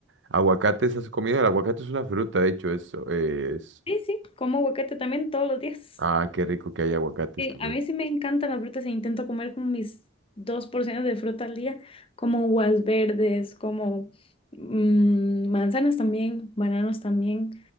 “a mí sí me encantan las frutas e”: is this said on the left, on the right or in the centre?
Left